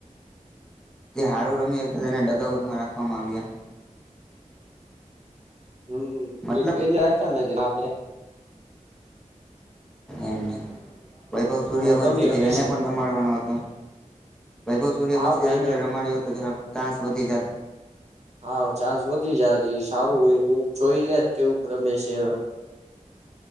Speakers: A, in the centre; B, on the right.
A: તે હારું રમી વતા તેને ડગાવટમાં રાખવામાં આવ્યા,
B: હમ્મ
A: મતલબ
B: એને રાખતા નથી આપડે
A: એમ છે વૈભવ સૂર્યવંશ
B: રમી શકે
A: કે જે એને
B: છે
A: પણ રમાડવાનો હતો. વૈભવ સૂર્યવંશી
B: હા પણ
A: આખરે
B: એને
A: રમાડ્યો તો તેનો ચાન્સ વધી જાત.
B: હા ચાન્સ વધી જાત એ સારું એ જોઈ લેત કેવું રમે છે એમ.